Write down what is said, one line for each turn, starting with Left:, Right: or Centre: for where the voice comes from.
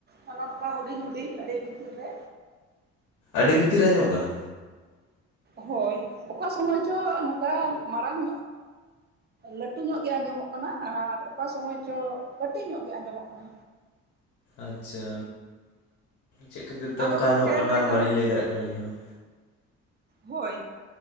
Right: ᱚᱱᱮ ᱱᱚᱝᱠᱟ ᱦᱩᱰᱤᱧ ᱦᱩᱰᱤᱧ ᱟᱹᱰᱤ ᱵᱷᱤᱛᱤᱨ ᱨᱮ
Left: ᱟᱹᱰᱤ ᱵᱷᱤᱛᱤᱨ ᱟᱸᱡᱚᱢᱚᱜ ᱠᱟᱱᱟ?
Right: ᱦᱳᱭ ᱚᱠᱟ ᱥᱚᱢᱚᱭ ᱪᱚ ᱱᱚᱝᱠᱟ ᱢᱟᱲᱟᱝ ᱞᱟᱹᱴᱩ ᱧᱚᱜ ᱜᱮ ᱟᱸᱡᱚᱢᱚᱜ ᱠᱟᱱᱟ ᱟᱨ ᱚᱠᱟ ᱥᱚᱢᱚᱭ ᱪᱚ ᱠᱟᱹᱴᱤᱡ ᱧᱚᱜ ᱜᱮ ᱟᱸᱡᱚᱢᱚᱜ ᱠᱟᱱᱟ
Left: ᱟᱪᱪᱷᱟ ᱪᱮᱫ ᱠᱷᱟᱹᱛᱤᱨ ᱛᱮ
Right: ᱟᱫᱚ
Left: ᱚᱱᱠᱟ
Right: ᱜᱚᱢᱠᱮ
Left: ᱟᱸᱡᱚᱢᱚᱜ ᱠᱟᱱᱟ
Right: ᱞᱟᱹᱭᱫᱟᱹᱧ
Left: ᱵᱟᱹᱞᱤᱧ ᱞᱟᱹᱭ ᱫᱟᱲᱮᱭᱟᱜ ᱠᱟᱱᱟ ᱟᱹᱞᱤᱧ ᱦᱚᱸ
Right: ᱦᱳᱭ,